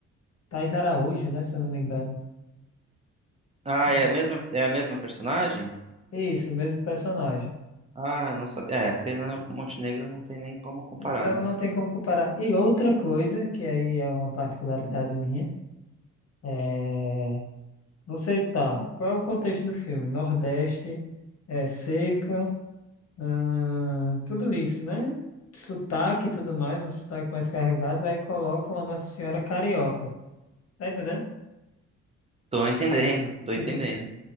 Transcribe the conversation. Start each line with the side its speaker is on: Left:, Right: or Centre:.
Left: Thais Araújo, né? Se eu não me engano.
Right: Ah,
Left: Mas-
Right: é a mesma, é a mesma personagem?
Left: Isso, o mesmo personagem.
Right: Ah, eu não sabia. É, a Fernanda Montenegro não tem nem como comparar,
Left: Então,
Right: né?
Left: não tem como comparar. E outra coisa, que aí é uma particularidade minha, é, Você tá. Qual é o contexto do filme? Nordeste, é seca, ahn, tudo isso, né? Sotaque e tudo mais, um sotaque mais carregado, aí colocam a Nossa Senhora Carioca. Tá entendendo?
Right: Tô <laughs> entendendo, tô
Left: Tipo,
Right: entendendo.